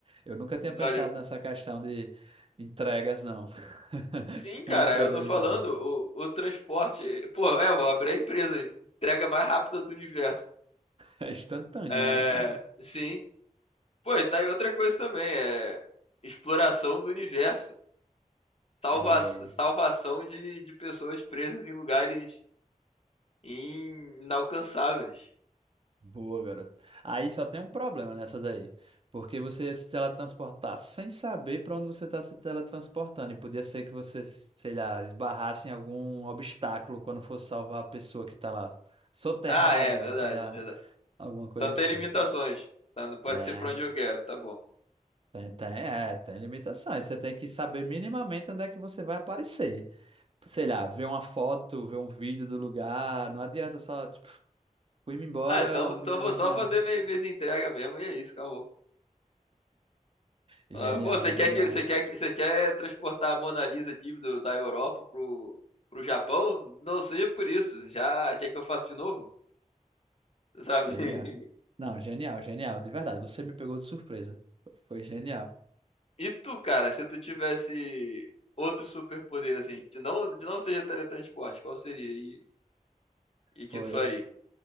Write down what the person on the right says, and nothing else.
Eu nunca tinha pensado
nessa questão de entregas, não. <laughs>
Uma empresa
de
entregas. <laughs>
É instantânea,
né, cara?
Olha
aí.
Boa, garoto. Aí só tem um problema nessa daí. Porque você ia se teletransportar sem saber para onde você está se teletransportando. E podia ser que você, sei lá, esbarrasse em algum obstáculo quando fosse salvar a pessoa que está lá soterrada,
sei lá,
alguma coisa
assim.
É.
Tem, tem, é, tem limitações. Você tem que saber minimamente onde é que você vai aparecer. Sei lá, ver uma foto, ver um vídeo do lugar. Não adianta só, tipo, fui-me embora
onde
minha
mente
não.
Genial,
genial,
genial.
Não, genial, genial. De verdade, você me pegou de surpresa. Foi genial.
Pô,
eu,